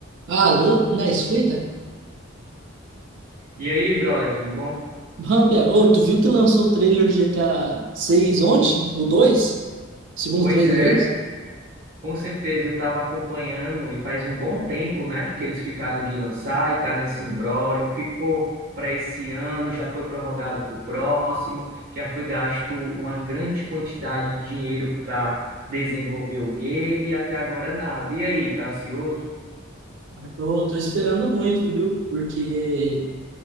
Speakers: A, on the right (about 65°); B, on the right (about 45°).
A: Ah, Alô, na escuta?
B: E aí, brother, tudo bom?
A: Bom, pia. ô, tu viu que lançou o trailer de GTA 6 ontem? O 2? Segundo
B: Pois
A: trailer?
B: é, com certeza eu estava acompanhando e faz um bom tempo, né, que eles ficaram de lançar e tá nesse imbróglio, ficou para esse ano, já foi prorrogado para o próximo, já foi gasto uma grande quantidade de dinheiro para desenvolver o game e até agora nada. E aí, tá ansioso?
A: Eu tô esperando muito, viu? Porque,